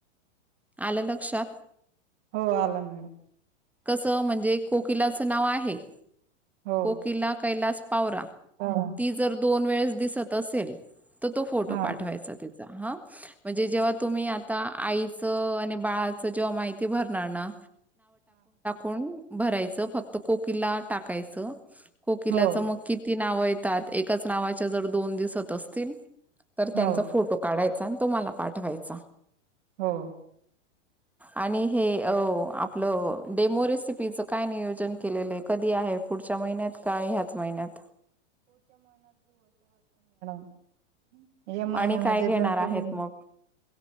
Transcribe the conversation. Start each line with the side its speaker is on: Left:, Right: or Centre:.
Centre: आलं लक्षात.
Right: हो आला मॅडम.
Centre: कसं म्हणजे कोकिलाचं नाव आहे.
Right: हो
Centre: कोकिला कैलास पावरा
Right: हा हो.
Centre: ती जर दोन वेळेस दिसतं असेल तर तो फोटो
Right: हा
Centre: पाठवायचा तिचा हा म्हणजे जेव्हा तुम्ही आता आईचं आणि बाळाचं जेव्हा माहिती भरणार ना <unintelligible> भरायच फक्त कोकिला टाकायच. कोकणाचं
Right: हो
Centre: मगं कि ती नावं येतात एकाच नावाच्या जर दोन दिसत असतील तर
Right: हो
Centre: त्यांचा फोटो काढायचा आणि तो मला पाठवायचा.
Right: हो
Centre: आणि हे अ आपलं डेमो रेसिपीचं काय नियोजन केलेलंय कधी आहे पुढच्या महिन्यात का ह्याच महिन्यात
Right: हम्म. या महिन्यामध्ये
Centre: आणि काय घेणार
Right: दोन
Centre: आहेत
Right: तीन
Centre: मग